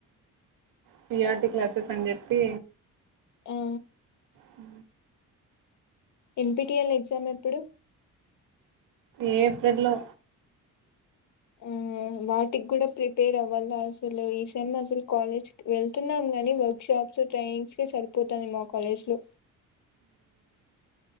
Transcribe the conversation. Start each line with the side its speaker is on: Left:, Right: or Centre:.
Right: సిఆర్టి క్లాసెస్ అని చెప్పి
Left: హు
Right: హ
Left: ఎంపిటిఎల్ ఎగ్జామ్ ఎప్పుడు
Right: ఏప్రిల్ లో
Left: హు వాటికి కూడా ప్రిపేర్ అవ్వాల అసలు ఈ సెమ్ అసలు కాలేజ్ వెళ్తున్నాం గాని వక్ వర్క్ షాప్స్ ట్రైనింగ్స్కే సరిపోతుంది మా కాలేజ్లో